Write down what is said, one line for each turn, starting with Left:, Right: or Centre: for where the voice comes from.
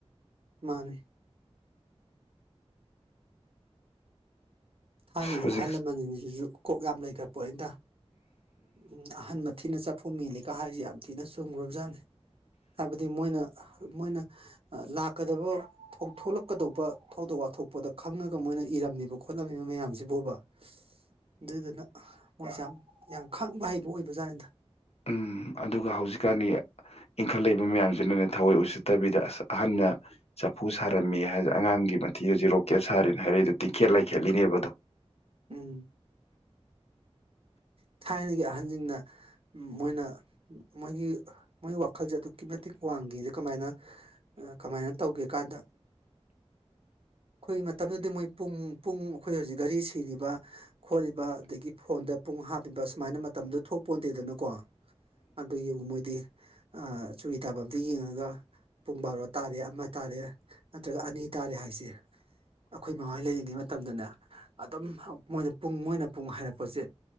Right: ꯄꯅꯤ ꯊꯥꯏꯅꯒꯤ
Left: ꯍꯧꯖꯤꯛ
Right: ꯑꯍꯜ ꯂꯃꯟꯁꯤꯡꯁꯤꯁꯨ ꯀꯣꯛ ꯌꯥꯝ ꯂꯩꯈ꯭ꯔꯦ ꯄꯣꯠ ꯑꯅꯗ ꯎꯝ ꯑꯍꯟ ꯃꯊꯤꯅ ꯆꯥꯐꯨ ꯃꯦꯜꯂꯤꯒ ꯍꯥꯏꯁ ꯅꯨꯡꯊꯤꯅ ꯁꯨꯝꯒꯨꯞꯖꯥꯅꯤ ꯍꯥꯏꯕꯗꯤ ꯃꯣꯏꯅ ꯃꯣꯏꯅ ꯂꯥꯛ ꯀꯗꯕ ꯊꯣꯛꯂꯛꯀꯗꯧꯕ ꯊꯧꯗꯣꯛ ꯋꯥꯊꯣꯛꯄꯗ ꯈꯪꯉꯒ ꯃꯣꯏꯅ ꯏꯔꯝꯃꯤꯕ ꯈꯣꯠꯂꯝꯃꯤꯕ ꯃꯌꯥꯝꯁꯤꯕꯨ ꯑꯣꯏꯕ ꯑꯗꯨꯗꯨꯅ ꯃꯣꯏꯁꯦ ꯌꯥꯝ ꯌꯥꯝ ꯈꯪꯕ ꯍꯩꯕ ꯑꯣꯏꯕ ꯖꯥꯠꯗ
Left: ꯎꯝ ꯑꯗꯨꯒ ꯍꯧꯖꯤꯛꯀꯥꯟꯅꯤ ꯏꯟꯈꯠꯂꯛ ꯃꯤ ꯃꯌꯥꯝꯁꯤꯅꯅꯦ ꯊꯑꯣꯏ ꯎꯁꯤ ꯅꯠꯇꯕꯤꯗ ꯑꯁ ꯑꯍꯅ ꯆꯐꯨ ꯁꯥꯔꯝꯃꯦ ꯍꯥꯏ ꯑꯉꯥꯡꯒꯤ ꯃꯊꯤ ꯍꯧꯖꯤꯛ ꯔꯣꯀꯦꯠ ꯁꯥꯔꯤꯦꯅꯦ ꯍꯥꯏꯔꯛꯏꯗꯣ ꯇꯤꯡꯀꯦꯠ ꯂꯥꯏꯈꯦꯠꯂꯤꯅꯦꯕ ꯑꯗꯣ
Right: ꯎꯝ ꯊꯥꯏꯅꯒꯤ ꯑꯍꯟꯁꯤꯡꯅ ꯃꯣꯏꯅ ꯃꯣꯏꯒꯤ ꯃꯣꯏ ꯈꯜꯁꯦ ꯑꯗꯨꯛꯀꯤ ꯃꯇꯤꯛ ꯋꯥꯡꯉꯦ ꯀꯃꯥꯏꯅ ꯀꯃꯥꯏꯅ ꯇꯧꯒꯦ ꯀꯥꯟꯗ ꯑꯩꯈꯣꯏ ꯃꯇꯝꯗꯨꯗꯤ ꯃꯣꯏ ꯄꯨꯡ ꯄꯨꯡ ꯑꯩꯈꯣꯏ ꯍꯧꯖꯤꯛ ꯘꯔꯤ ꯁꯤꯔꯤꯕ ꯈꯣꯠꯂꯤꯕ ꯑꯗꯒꯤ ꯐꯣꯟꯗ ꯄꯨꯡ ꯍꯥꯞ ꯑꯗꯨꯒ ꯁꯨꯃꯥꯏꯅ ꯃꯇꯝꯗꯣ ꯊꯣꯛꯄꯣꯟꯗꯦꯗꯅꯀꯣ ꯑꯗꯨꯒꯤ ꯎꯣꯏ ꯗꯤ ꯆꯨꯔꯤ ꯇꯥꯐꯝꯗ ꯌꯦꯡꯉꯒ ꯄꯨꯡ ꯕꯥꯔꯣ ꯇꯥꯔꯦ ꯑꯃ ꯇꯥꯔꯦ ꯅꯠꯇ꯭ꯔꯒ ꯑꯅꯤ ꯇꯥꯔꯦ ꯍꯥꯏꯁꯦ ꯑꯩꯈꯣꯏ ꯃꯉꯥ ꯂꯩꯔꯤꯉꯩ ꯃꯇꯝꯗꯅꯦ ꯑꯗꯨꯝ ꯃꯣꯏꯅ ꯄꯨꯡ ꯃꯣꯏꯅ ꯄꯨꯡ ꯍꯥꯏꯔꯛꯄꯁꯦ